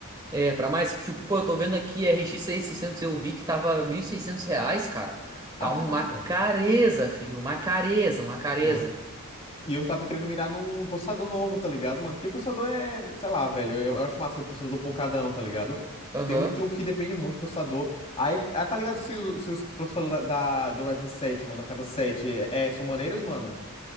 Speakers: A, on the right; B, on the left.
A: É, pra mais, tipo, pô, eu tô vendo aqui RX seiscentos Eu vi que tava 1.600 reais, cara.
B: Ah,
A: Tá uma
B: caraca.
A: careza, filho. Uma careza, uma careza.
B: Tá. E eu tava querendo mirar num processador novo, tá ligado, mano? Porque processador é, sei lá, velho. Eu, eu acho massa ter um processador pocadão, tá ligado?
A: Aham.
B: Tem muito jogo que depende muito do processador. Aí, ah, tá ligado se, o- se os processadores da, da- do Ryzen sete mano, da casa 7 é, são maneiros, mano?